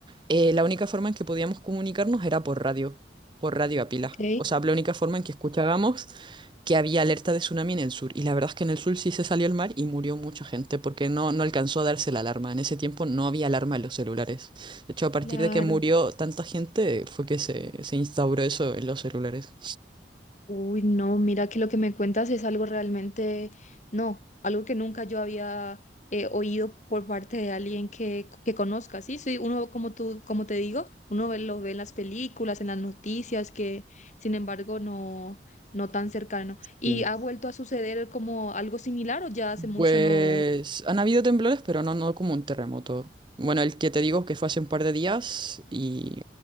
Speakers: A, on the right (about 25°); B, on the left (about 40°).
A: eh, la única forma en que podíamos comunicarnos era por radio, por radio a pila.
B: ok,
A: O sea, la única forma en que escuchábamos que había alerta de tsunami en el sur. Y la verdad es que en el sur sí se salió el mar y murió mucha gente porque no, no alcanzó a darse la alarma. En ese tiempo no había alarma en los celulares. De hecho, a partir
B: claro.
A: de que murió tanta gente fue que se, se instauró eso en los celulares.
B: Uy, no, mira que lo que me cuentas es algo realmente, no, algo que nunca yo había eh, oído por parte de alguien que, que conozca, ¿sí? Sí, uno, como tú, como te digo, uno ve- lo ve en las películas, en las noticias, que sin embargo no, no tan cercano. ¿Y
A: Sí.
B: ha vuelto a suceder como algo similar o ya hace mucho
A: Pues
B: no?
A: han habido temblores, pero no, no como un terremoto. Bueno, el que te digo que fue hace un par de días, y,